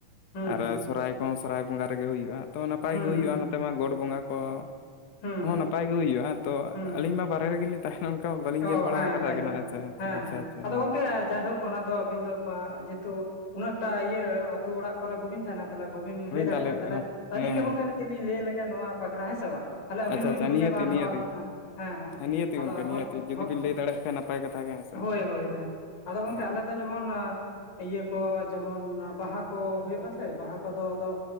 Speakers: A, on the left; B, on the left.
A: ᱦᱩᱸ
B: ᱟᱨ ᱥᱚᱨᱦᱟᱭ ᱠᱚ ᱥᱚᱨᱦᱟᱭ ᱵᱚᱸᱜᱟ ᱨᱮᱜᱮ ᱦᱩᱭᱩᱜ-ᱟ ᱛᱚ ᱱᱟᱯᱟᱭ
A: ᱦᱩᱸ ᱦᱩᱸ
B: ᱜᱮ ᱦᱩᱭᱩᱜ-ᱟ
A: ᱦᱩᱸ
B: ᱱᱚᱛᱮ ᱢᱟ ᱜᱚᱰ ᱵᱚᱸᱜᱟ ᱠᱚ᱾
A: ᱦᱩᱸ ᱦᱩᱸ
B: ᱦᱚᱸ
A: ᱦᱩᱸ
B: ᱱᱟᱯᱟᱭ ᱜᱮ ᱦᱩᱭᱩᱜ-ᱟ, ᱛᱚ
A: ᱦᱩᱸ
B: ᱟᱹᱞᱤᱧ ᱢᱟ ᱵᱟᱨᱦᱮ ᱨᱮᱜᱮᱞᱤᱧ ᱛᱟᱦᱞᱮ ᱚᱱᱠᱟ ᱵᱟᱹᱞᱤᱧ
A: ᱚ
B: ᱧᱮᱞ ᱵᱟᱲᱟ
A: ᱦᱮᱸ
B: ᱟᱠᱟᱫᱟ
A: ᱡᱟᱭᱦᱳᱠ
B: ᱜᱮᱱᱟᱜ ᱦᱮᱸᱥᱮ ᱟᱪᱪᱷᱟ,
A: ᱦᱮᱸ
B: ᱟᱪᱪᱷᱟ ᱟᱪᱪᱷᱟ
A: ᱟᱫᱚ
B: ᱦᱮᱸ᱾
A: ᱜᱚᱝᱠᱮ ᱡᱟᱭᱦᱳᱠ ᱚᱱᱟ ᱫᱚ ᱟᱹᱵᱤᱱ ᱫᱚ ᱵᱟ ᱡᱮᱦᱮᱛᱩ ᱩᱱᱟᱹᱜᱴᱟ ᱤᱭᱟᱹ ᱟᱛᱳ ᱚᱲᱟᱜ ᱠᱚᱨᱮ ᱵᱟᱹᱵᱤᱱ ᱛᱟᱸᱦᱮᱱᱟ᱾ ᱛᱟᱦᱞᱮ ᱵᱟᱹᱵᱤᱱ ᱞᱟᱹᱭ ᱫᱟᱲᱮᱭᱟᱜ-ᱟ,
B: ᱛᱟᱦᱚᱞᱮ ᱦᱮᱸ
A: ᱛᱟᱦᱞᱮ ᱟᱹᱞᱤᱧ
B: ᱦᱮᱸ
A: ᱜᱮ ᱜᱚᱝᱠᱮ ᱠᱟᱹᱴᱤᱡ ᱞᱤᱧ ᱞᱟᱹᱭ ᱞᱮᱜᱮ ᱱᱚᱣᱟ ᱵᱟᱠᱷᱨᱟ ᱦᱮᱸ ᱥᱮ ᱵᱟ? ᱛᱟᱦᱞᱮ ᱟᱵᱤᱱ
B: ᱟᱪᱪᱷᱟ
A: ᱦᱚᱸᱵᱤᱱ
B: ᱟᱪᱪᱷᱟ
A: ᱵᱩᱡᱟ
B: ᱱᱤᱭᱟᱹᱛᱤ
A: ᱵᱟ, ᱱᱚᱣᱟ
B: ᱱᱤᱭᱟᱹᱛᱤ
A: ᱫᱚ ᱦᱮᱸ, ᱦᱮᱸ ᱦᱮᱸ
B: ᱱᱤᱭᱟᱹᱛᱤ
A: ᱟᱫᱚ
B: ᱜᱚᱝᱠᱮ
A: ᱜᱚᱝ
B: ᱱᱤᱭᱟᱹᱛᱤ ᱡᱩᱫᱤ
A: ᱦᱳ,
B: ᱵᱤᱱ ᱞᱟᱹᱭ ᱫᱟᱲᱮᱭᱟᱜ ᱠᱷᱟᱱ ᱱᱟᱯᱟᱭ ᱠᱟᱛᱷᱟ ᱜᱮ ᱦᱮᱸ
A: ᱦᱳᱭ
B: ᱥᱮ
A: ᱦᱳᱭ ᱦᱳᱭ ᱦᱮᱸ, ᱟᱫᱚ ᱜᱚᱝᱠᱮ
B: ᱦᱮᱸ
A: ᱟᱞᱮ ᱫᱚ ᱨᱮᱢᱟ ᱱᱚᱣᱟ ᱤᱭᱟᱹ ᱠᱚ ᱡᱮᱢᱚᱱ ᱱᱟ ᱵᱟᱦᱟ ᱠᱚ ᱦᱩᱭᱩᱜ-ᱟ ᱥᱮ ᱵᱟᱦᱟ ᱠᱚᱫᱚ ᱟᱫᱚ